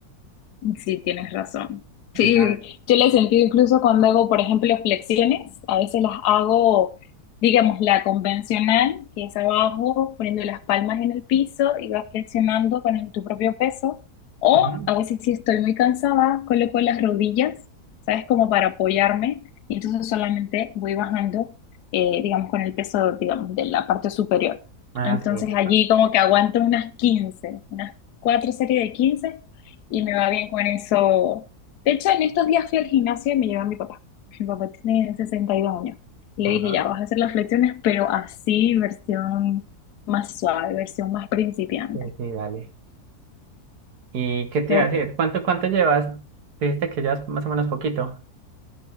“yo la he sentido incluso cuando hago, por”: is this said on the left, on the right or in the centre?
Left